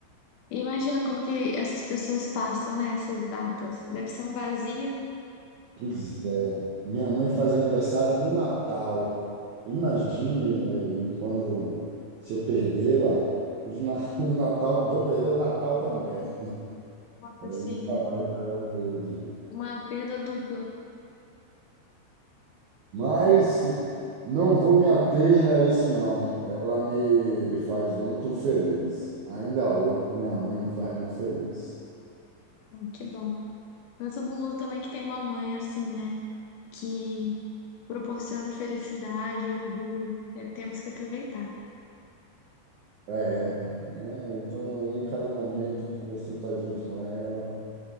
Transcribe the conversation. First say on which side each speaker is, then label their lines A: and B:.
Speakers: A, on the left (about 80°); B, on the right (about 80°).
A: E Imagina como que essas pessoas passam, né, essas datas. Deve ser um vazio,
B: Pois é, minha mãe faz aniversário no Natal. Imagine aí quando se eu perdê-la, os na- <laughs> o Natal, vou perder o Natal também. É,
A: assim,
B: nunca mais será um mesmo.
A: uma perda dupla.
B: Mas
A: É.
B: não vou me ater a isso, não. Ela me faz muito feliz. Ainda hoje, minha mãe me faz muito feliz.
A: Hum, Que bom. Não é todo mundo também que tem uma mãe assim, né, que proporciona felicidade e orgulho. Te- Temos que aproveitar.
B: É, né? Então ali, cada momento que você está junto com ela.